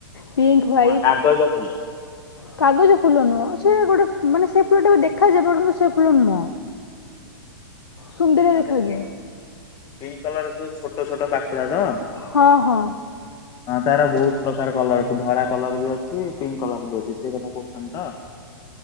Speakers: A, on the left (about 80°); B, on the left (about 30°).
A: ପିଙ୍କ୍ ହ୍ୱାଇଟ୍
B: ହଁ କାଗଜ ଫୁଲ।
A: କାଗଜ ଫୁଲ ନୁହଁ, ସିଏ ଗୋଟେ ମାନେ ସେ ଫୁଲ ଟା ବି ଦେଖାଯିବ୍ କିନ୍ତୁ ସେ ଫୁଲ ନୁହଁ। ସୁନ୍ଦର
B: ମାନେ
A: ଦେଖାଯାଏ।
B: ପିଙ୍କ ପିଙ୍କ କଲର ଯୋଉ ଛୋଟ ଛୋଟ ପାଖଡା ତ
A: ହଁ ହଁ
B: ହଁ ତାର ବହୁତ ପ୍ରକାର କଲର ଅଛି ଧଳା କଲର ବି ଅଛି ପିଙ୍କ କଲର ବି ଅଛି ସେଇ କଥା କହୁଛନ୍ତି ତ।